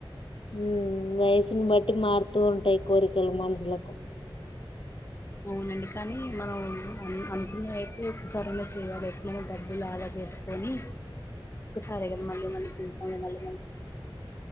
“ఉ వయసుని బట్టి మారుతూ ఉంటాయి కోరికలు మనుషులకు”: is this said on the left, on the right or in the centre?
Left